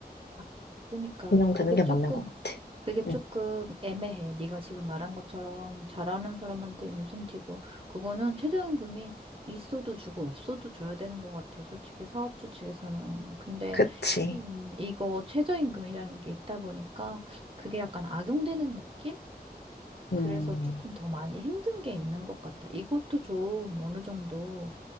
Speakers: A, on the right; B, on the left.
A: 아, 그러니까
B: 운영되는
A: 그게 조금
B: 게 맞는 것 같아.
A: 그게 조금
B: 응,
A: 애매해. 네가 지금 말한 것처럼 잘하는 사람한테 인센티브 그거는 최저임금이 있어도 주고 없어도 줘야 되는 것 같아. 솔직히 사업주 측에서는. 근데
B: 그치.
A: 음, 이거 최저임금이라는 게 있다 보니까 그게 약간 악용되는 느낌?
B: 음,
A: 그래서 조금 더 많이 힘든 게 있는 것 같다. 이것도 좀 어느 정도